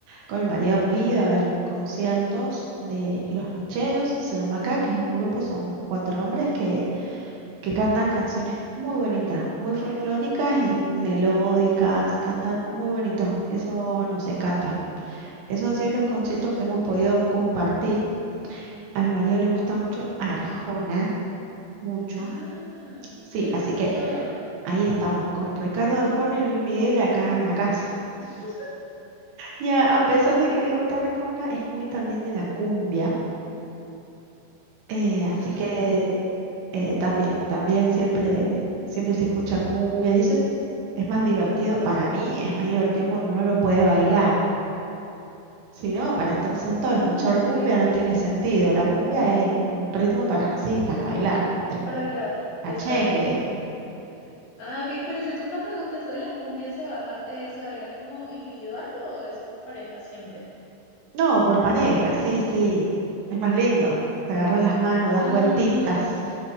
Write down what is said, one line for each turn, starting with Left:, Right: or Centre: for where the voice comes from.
Right: Con mi marido hemos ido a ver conciertos de Los Nocheros, se llama acá, que es un grupo, son cuatro hombres que que cantan canciones muy bonitas, muy folclóricas y melódicas, cantan muy bonito, eso nos encanta. Esos han sido los conciertos que hemos podido compartir. A mi marido le gusta mucho Arjona, mucho.
Left: Ah,
Right: Sí,
Left: sí lo he
Right: así
Left: escuchado.
Right: que ahí estamos con Ricardo Arjona y Luis Miguel acá en la casa.
Left: <laughs>
Right: Y a, a pesar de que le gusta Arjona, es muy también de la cumbia. Eh, así
Left: Mm.
Right: que eh, también, también siempre, siempre se escucha cumbia y eso es, es más divertido, para mí es más divertido cuando uno lo puede bailar. Si no, para estar sentado,
Left: Ah,
Right: escuchar
Left: ok.
Right: cumbia no tiene sentido. La cumbia es un ritmo para, sí, para bailar, de
Left: Para bailar y
Right: cachengue.
Left: estar ahí con... Ah, ok, pero yo tengo una pregunta. ¿Eso de la cumbia se baja, eh, se baila como individual o es por pareja siempre?
Right: No, por pareja, sí, sí, es más lindo. Te agarras las manos,
Left: Mm.
Right: das vueltitas,